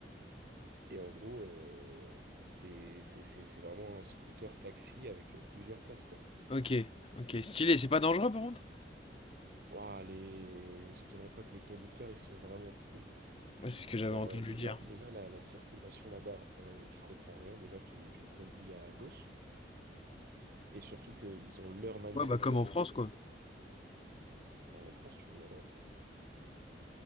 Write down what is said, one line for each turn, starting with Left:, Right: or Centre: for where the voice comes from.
Right: Et en gros, euh, t'es- c'est c'est- c'est vraiment un scooter taxi avec euh, plusieurs places, quoi.
Left: Ok. Ok. Stylé, c'est pas dangereux, par contre?
Right: Ouah, les... Je te demande pas que les conducteurs, ils sont vraiment fous.
Left: Ouais, c'est ce que j'avais
Right: Genre,
Left: entendu
Right: euh, déjà,
Left: dire.
Right: déjà la, la circulation là-bas, euh, tu comprends rien. Déjà, tu, tu conduis à gauche. Et surtout qu'ils ont leur manière
Left: Ouais, bah, comme
Right: de rouler.
Left: en France, quoi.
Right: En France, tu roules à droite.